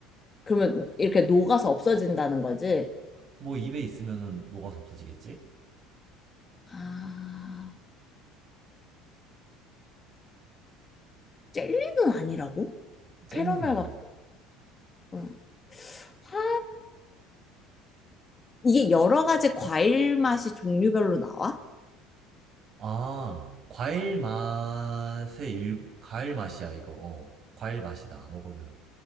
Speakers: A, on the left (about 25°); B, on the right (about 50°).
A: 그러면 이렇게 녹아서 없어진다는 거지?
B: 뭐 입에 있으면은 녹아서 없어지겠지?
A: 아, 젤리는 아니라고?
B: 젤리는
A: 캐러멜
B: 아니야.
A: 같은. 응. 하, 이게 여러 가지 과일 맛이 종류별로 나와?
B: 아, 과일 맛의 일, 과일 맛이야, 이거. 어, 과일 맛이다, 먹으면.